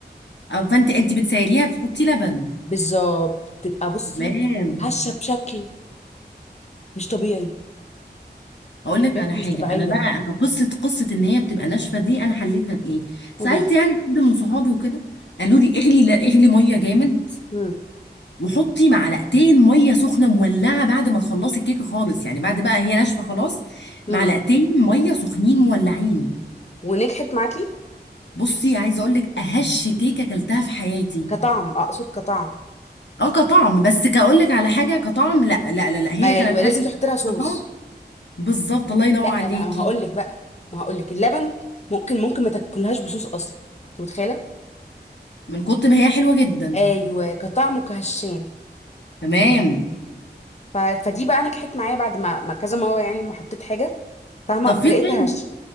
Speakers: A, on the left; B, on the left.
A: آه، فانت انت بتسيليها بتحطي لبن
B: بالظبط بتبقى بصي
A: تمام
B: هشه بشكل مش طبيعي
A: اقول لك
B: بجد
A: على حاجه
B: مش طبيعيه
A: انا بقى انا قصه قصه ان هي بتبقى ناشفه دي انا حليتها بايه سالت
B: ودي
A: يعني حد من صحابي وكده قالوا لي اغلي لا اغلي ميه جامد
B: امم
A: وحطي معلقتين ميه سخنه مولعه بعد ما تخلصي الكيكه خالص يعني بعد بقى هي ناشفه خلاص
B: امم
A: معلقتين ميه سخنين مولعين
B: ونجحت معاكي
A: بصي عايزه اقول لك اهش كيكه اكلتها في حياتي
B: كطعم اقصد كطعم
A: اه كطعم بس كاقول لك على حاجه كطعم لا لا لا, لا هي
B: ايوه
A: كانت هش
B: لازم تحط لها صوص
A: كطعم بالظبط الله ينور
B: لا
A: عليكي
B: بقى ما هقول لك بقى ما هقول لك اللبن ممكن ممكن ما تاكلهاش بصوص اصلا انت متخيله
A: من كتر ما هي حلوه جدا
B: ايوه كطعم وكهشان
A: تمام
B: ف... فدي بقى نجحت معايا بعد ما, ما كذا مره يعني ما حطيت حاجه فاهمه
A: طب في
B: فلقيتها
A: طيب
B: هش